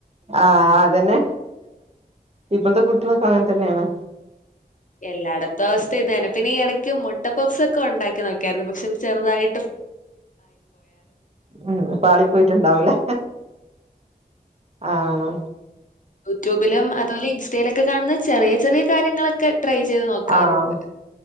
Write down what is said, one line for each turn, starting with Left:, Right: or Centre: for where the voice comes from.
Right: ആഹ് അതന്നെ ഇപ്പോഴത്തെ കുട്ടികളൊക്കെ അങ്ങനെ തന്നെയാണ്
Left: എല്ലായിടത്തും അവസ്ഥ ഇതന്നെ പിന്നെ ഈ ഇടയ്ക്ക് മുട്ട പപ്പ്സ് ഒക്കെ ഉണ്ടാക്കി നോക്കിയായിരുന്നു പക്ഷെ അത് ചെറുതായി
Right: ഉം പാളി പോയിട്ടുണ്ടാവൂലേ? ആഹ്
Left: യൂട്യൂബിലും അതുപോലെ ഇൻസ്റ്റയിലൊക്കെ കാണുന്ന ചെറിയ ചെറിയ കാര്യങ്ങളൊക്കെ ട്രൈ ചെയ്ത് നോക്കാറുണ്ട്.
Right: ആഹ്